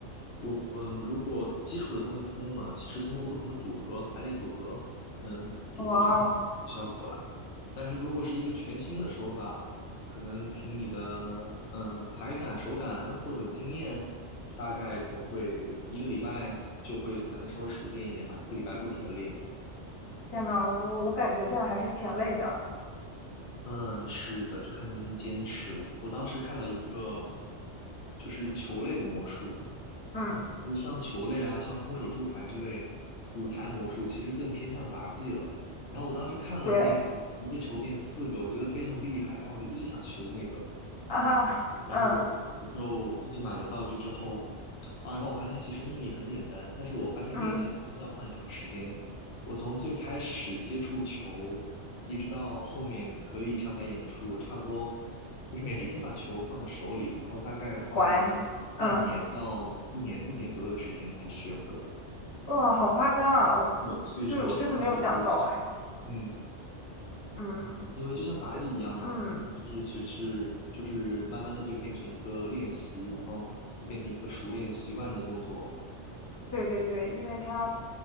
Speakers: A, on the left; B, on the left.
A: 我们如果基础的东西通了，其实通过不同的组合、排列组合，能组合出很多效果来。
B: 哇哦，
A: 但是如果是一个全新的手法，可能凭你的嗯、呃排感、手感或者经验，大概可能会一个礼拜就会才能稍微熟练一点吧，一个礼拜不停的练。
B: 天呐，我我感觉这样还是挺累的。
A: 嗯，是的，就看能不能坚持了。我当时看到一个就是球类的魔术，
B: 嗯，
A: 就像球类啊，像空手出牌这类舞台魔术，其实更偏向杂技了。然后我当时看了那个一个球变四个，
B: 对
A: 我觉得非常厉害，然后我就一直想学那个。
B: 啊，
A: 然后
B: 嗯
A: 我就自己买了道具之后，啊，然后我发现其实秘密很简单，但是我发现练习它真的要花很长时间。
B: 嗯，
A: 我从最开始接触球，一直到后面可以上台演出，我差不多就是每天把球放在手里，然后大概花了半年到一年一年左右的时间才学会。
B: 还，嗯，哇，好夸张啊！我
A: 对，所以是很长的一个周期。
B: 就我真的没有想到，哎，
A: 嗯。
B: 嗯，
A: 因为就像杂技一样嘛，
B: 这，嗯，
A: 就是其实就是慢慢的就变成一个练习，然后就变成一个熟练习惯的动作。
B: 对对对，因为它